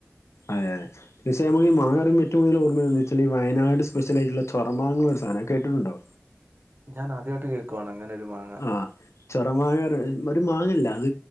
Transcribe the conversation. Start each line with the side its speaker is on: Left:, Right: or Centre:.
Left: അതെ അതെ <unintelligible> നമു ഈ മാങ്ങറിയുമ്പ ഏറ്റവും കൂടുതൽ ഓർമ്മയർന്ന് വെച്ചാൽ വയനാട് സ്പെഷ്യലായിട്ടുള്ള ചൊറമാങ്ങള ഒരു സാധനം കേട്ടിട്ടുണ്ടോ
Right: ഞാൻ ആദ്യായിട്ട് കേൾക്കുവാണ്‌ അങ്ങനെരു മാ
Left: ആ ചൊറ മാങ്ങ ഒർ ഒരു മാങ്ങല്ല അത്